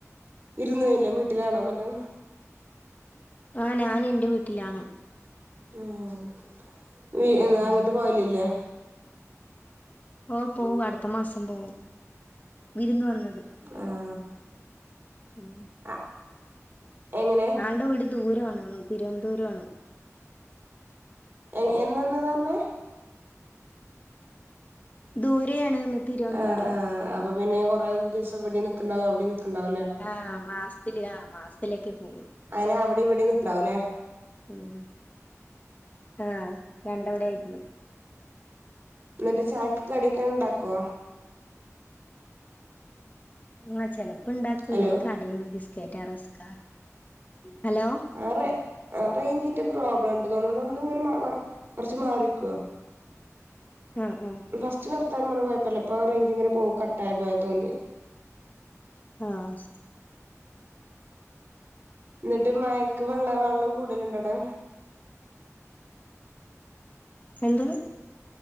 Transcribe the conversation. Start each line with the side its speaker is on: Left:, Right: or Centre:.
Right: ഇരുന്ന് കഴിഞ്ഞില്ലേ വീട്ടിലാണോ ഇന്നട്ട്
Left: ആഹ് ഞാന് ഇൻ്റെ വീട്ടിലാണ്
Right: ഏഹ് ഇനി എന്നാ
Left: ഉം
Right: അങ്ങട്ട് പോകലില്ലേ
Left: ഓഹ് പോവും അടുത്ത മാസം പോവും വിരുന്ന് വന്നത്
Right: ആഹ്
Left: ഉം
Right: അഹ് എങ്ങനെ
Left: അയാളുടെ വീട് ദൂരമാണ് തിരുവനന്തപുരാണ്
Right: എഹ് എന്ന് വന്നാതാർഞ്ഞ്
Left: ദൂരെയാണ്ന്ന് തിരുവനന്തപുരം
Right: ആഹ് ആഹ് അപ്പൊ പിന്നെ കുറേ ദിവസം വിടിം നിക്കണ്ടാവും അവിടിം യും നിക്കണ്ടാവുംല്ലേ
Left: ആഹ് മാസ്ത്തില് ആ മാസ്ത്തിലേക്കെ പോവുള്ളൂ
Right: അങ്ങനെ അവിടിം ഇവിടിം നിക്ക്ണ്ടാവുംല്ലേ
Left: ഉം ആഹ് രണ്ടവിടെ ആയിട്ട്നിക്കും
Right: ന്നിട്ട് ചായക്ക് കടിയൊക്കെണ്ടാക്കോ
Left: ആഹ് ചെലപ്പോണ്ടാക്കൂല്ലെങ്കി
Right: ഹലോ
Left: കടീന്ന് ബിസ്കറ്റോ റസ്ക്കാ ഹലോ
Right: ആഹ് റേ ഏ റേഞ്ചിന്റെ പ്രോബ്ലംണ്ട്തോണുന്നു ഒന്ന് ഇങ്ങനെ മാ കൊർച്ച് മാറിക്കോ
Left: മ്മ് മ്മ്
Right: ഫസ്റ്റ് വർത്താനൻ മ പോയപ്പപ്പോ റേഞ്ച് ഇങ്ങന പോ കട്ട ആ പോയാ തോന്നി
Left: ആഹ്
Right: എന്നിട്ട് മഴക്ക് വെള്ള വെള്ളം കൂടുതലുണ്ട്ടാ
Left: എന്ത്